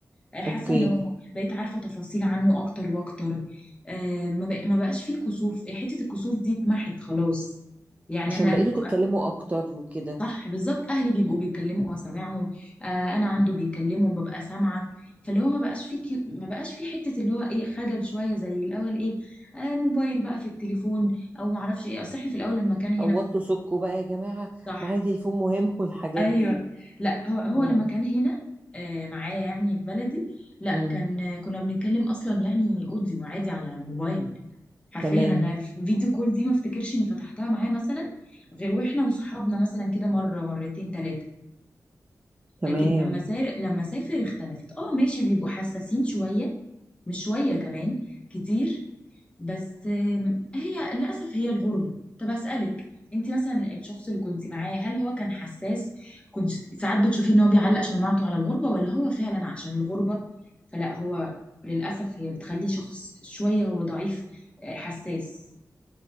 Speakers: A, on the left; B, on the right.
A: آه، حاسه
B: اوكي
A: انه بقيت عارفه تفاصيل عنه اكتر واكتر آه، ما بق- ما بقاش فيه كسوف آه، حته الكسوف دي اتمحت خلاص يعني
B: عشان
A: انا
B: بقيتوا
A: ببقى-
B: تتكلموا اكتر وكده
A: صح بالظبط اهلي بيبقوا بيتكلموا
B: مم.
A: وسامعهم آه انا عنده بيتكلموا ببقى سامعه فاللي هو ما بقاش في كيو... ما بقاش في حته اللي هو ايه خجل شويه زي الاول ايه آه موبايل بقى في التليفون او ما اعرفش ايه اصل احنا في الاول لما كان
B: قوضتوا
A: هنا في-
B: سكوا بقى يا جماعة
A: صح
B: معايا تليفون مهم <laughs> والحاجات
A: ايوه
B: دي
A: لا هو هو
B: اه
A: لما كان هنا آه، معايا يعني في بلدي لا
B: مم.
A: كان آه، كنا بنتكلم اصلا يعني اوديو عادي على الموبايل حرفيا
B: تمام
A: انا فيديو كول دي ما افتكرش اني فتحتها معاه مثلا غير واحنا وصحابنا مثلا كده مره مرتين ثلاثه
B: تمام
A: لكن لما سار لما سافر اختلفت اه ماشي بيبقوا حساسين شويه مش شويه كمان كتير بس آم، هي للأسف هي الغربة طب أسألك انت مثلا الشخص اللي كنت معاه هل هو كان حساس كنت ساعات بتشوفيه ان هو بيعلق شماعته على الغربة ولا هو فعلا عشان الغربة فلا هو للأسف هي بتخليه شخص شوية هو ضعيف آه، حساس